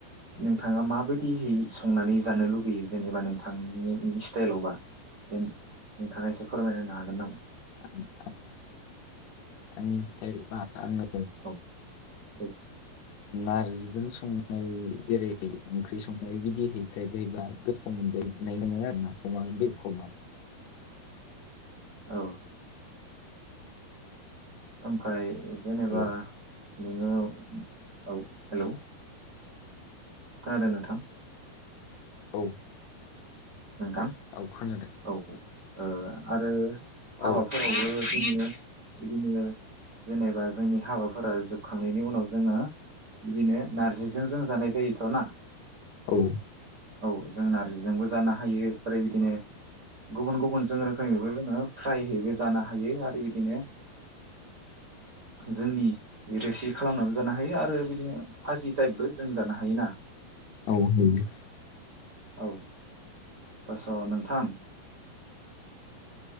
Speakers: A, on the right (about 75°); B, on the left (about 70°).
A: नोंथाङा माबायदियै संनानै जानो लुुबैयो जेनेबा नोंथांनि स्टाइलावबा जेन नोंथाङा एसे फोरमायना होनो हागोन नामा?
B: <unintelligible> आंनि स्टाइल बा आङो
A: औ औ
B: नारजिजों संनाय जेरै ओंख्रि संनाय बिदि टाइपहैबा गोथाव मोनजायनाय मोनो आरो ना अमा बेरखबा
A: औ ओमफाय जेनेबा
B: हेल' औ
A: नोङो औ हेल' खोनादों नोथां
B: औ
A: नोंथां
B: औ खोनादों
A: औ ओ आरो हाबा
B: औ
A: फोराबो जोंनि बिदिनो जेनेबा जोंनि हाबाफोरा जोबखांनायनि उनाव जोङो बिदिनो नारजिजों जों जानाय जायोथ'ना
B: औ
A: औ जों नारजिजोंबो जानो हायो आरो बिदिनो गुबुन गुबुन जों रोखोमैबो जोङो फ्रायैबो जानो हायो आरो बिदिनो जोंनि रोसि खालामनानैबो जानो हायो आरो बिदिनो फाजि टाइपबो जों जानो हायो ना
B: औ नुयो
A: औ बस' नोंथां